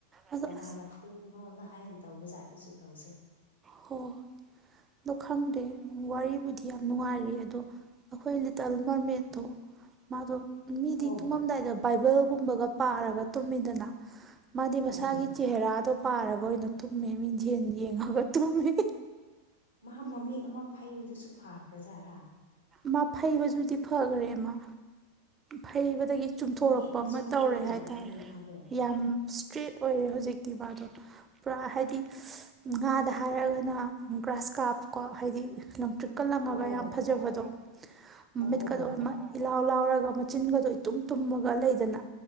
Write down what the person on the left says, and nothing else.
ꯀꯅꯥꯅ
ꯐꯨꯕꯅꯣꯅ ꯍꯥꯏꯅ ꯇꯧꯕ ꯖꯥꯠꯇꯨꯁꯨ ꯇꯧꯁꯦ
ꯑꯣ
ꯎꯝ
ꯎꯝ
ꯃꯥ ꯃꯃꯤꯠ ꯑꯃ ꯐꯩꯕꯗꯨꯁꯨ ꯐꯈ꯭ꯔꯖꯥꯠꯔ
ꯃꯃꯤꯠ ꯑꯃꯁꯨ
ꯐꯩ
ꯂꯩꯕꯅꯤꯅꯦ
ꯃꯥꯗꯣ
ꯑꯣ ꯑꯣ
ꯑꯣ
ꯑꯣ